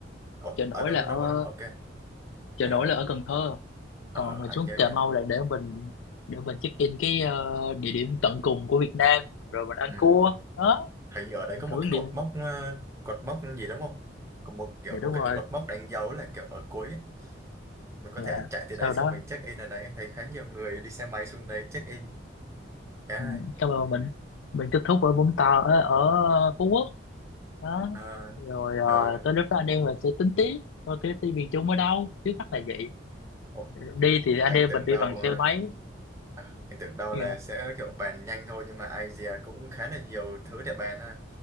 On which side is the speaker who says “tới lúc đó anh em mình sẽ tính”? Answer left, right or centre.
Left